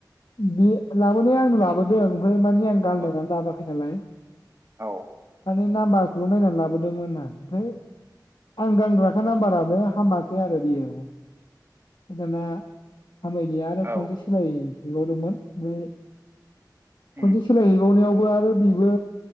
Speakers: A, on the left; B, on the right.
A: बे लाबोनाया आंनो लाबोदों। ओमफ्राय मानि आं गाननायनानै
B: औ
A: लाबा खैनालाय
B: औ
A: नाम्बारखौल नायनानै लाबोदोंमोना ओमफाय आं गानग्राखा नाम्बारानो हामाखै आरो बियो ओमफाय दाना हामैनि आरो
B: औ
A: खनसे सोलाय बिबावदोंमोन ओमफ्राय
B: उम
A: खनसे सोलाय हैबावनायाव बो आरो बेबो